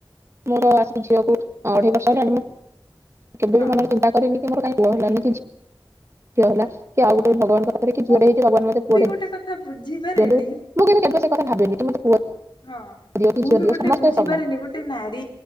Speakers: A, on the right (about 30°); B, on the left (about 65°).
A: ମୋର ଆସି ଝିଅକୁ ଅଢ଼େଇ ବର୍ଷ ହେଲା କେବେ
B: ହଁ
A: ବି ମନେ
B: ହଁ
A: ଚିନ୍ତା କରିନି ମୋର କାଇଁ ପୁଅ ହେଲାନି କି ଝି ଝୀଅ ହେଲା କି ଆଉ ଗୋଟେ ଭଗବାନଙ୍କର କି
B: ମୁଁ
A: ଝିଅ ଟେ ହେଇଛି
B: ମୁଁ
A: ମତେ ପୁଅ
B: ବି
A: ଟେ
B: ଗୋଟେ କଥା ବୁଝିପାରେନି
A: ଦିଅନ୍ତୁ ମୁଁ କି କେବେ ସେ କଥା ଭାବିନି କି ମତେ ପୁଅ
B: ହଁ
A: ଦିଅ କି
B: ମୁଁ
A: ଝିଅ
B: ବି
A: ଦିଅ
B: ଗୋଟେ
A: ସମସ୍ତେ
B: ବୁଝିପାରେନି
A: ସମାନ
B: ଗୋ ଗୋଟେ ନାରୀ